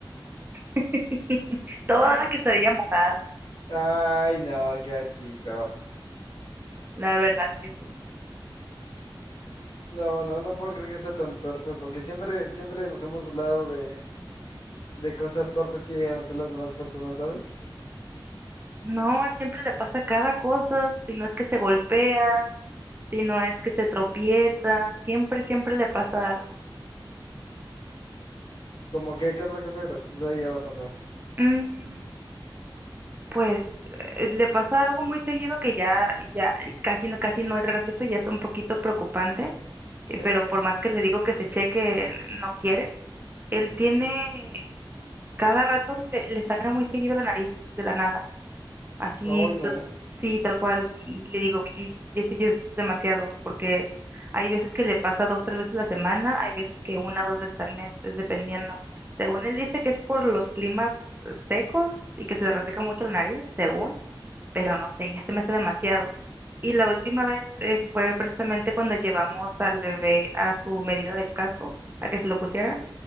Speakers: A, on the right; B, on the left.
A: <laughs> Toda
B: <laughs>
A: la quesadilla mojada,
B: Ay, no, qué asquito.
A: la verdad que sí.
B: No, no, no puedo creer que sea tan torpe, porque siempre, siempre nos hemos burlado de, de cosas torpes que llegan a hacer las demás personas, ¿sabes?
A: No, a él siempre le pasa cada cosa, si no es que se golpea, si no es que se tropieza, siempre, siempre le pasa algo.
B: Como que, ¿qué otra cosa graciosa le ha llegado a pasar?
A: Mm, pues eh, le pasa algo muy seguido que ya, ya casi no, casi no es gracioso, ya es un poquito preocupante. eh,
B: ¿Qué?
A: pero por más que le digo que se cheque, no quiere. Él tiene, cada rato le, le sangra muy seguido la nariz de la nada. Así,
B: No, ay, no,
A: to- sí, tal cual. Y le digo, y, y eso ya es demasiado, porque hay veces que le pasa dos, tres veces a la semana, hay veces que una, dos veces al mes, es dependiendo. Según él dice que es por los climas eh, secos y que se le reseca mucho la nariz, según, pero no sé, ya se me hace demasiado. Y la última vez eh, fue precisamente cuando llevamos al bebé a su medida del casco, a que se lo pusieran,